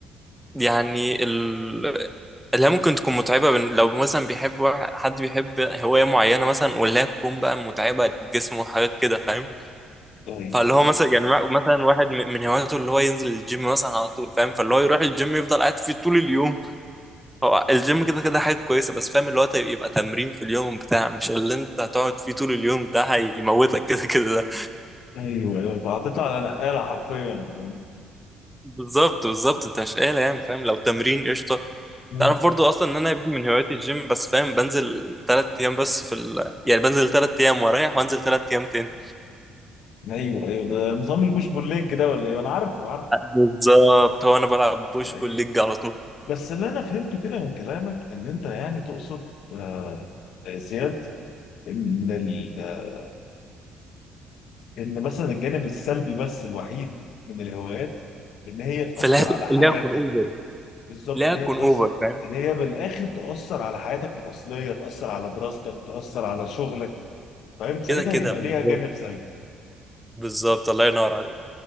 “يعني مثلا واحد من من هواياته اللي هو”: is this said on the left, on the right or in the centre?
Centre